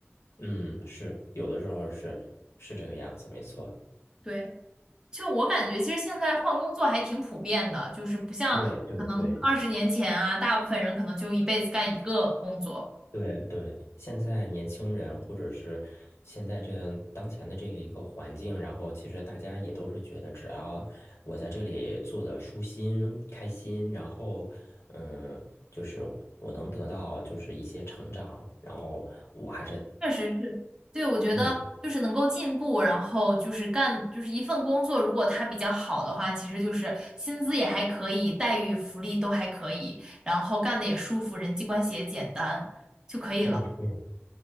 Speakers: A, on the left; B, on the right.
A: 嗯，是有的时候是是这个样子，没错。
B: 对。就我感觉，其实现在换工作还挺普遍的，就是不像可能二十年前啊，
A: 对对对。
B: 大部分人可能就一辈子干一个工作。
A: 对对，现在年轻人或者是现在这样当前的这一个环境，然后其实大家也都是觉得，只要我在这里做的舒心、开心，然后嗯，就是我能得到就是一些成长，然后我还是
B: 确实是，对，我觉得就是能够进步，
A: 嗯
B: 然后就是干就是一份工作，如果它比较好的话，其实就是薪资也还可以，待遇、福利都还可以，然后干的也舒服，人际关系也简单就可以了。
A: 嗯嗯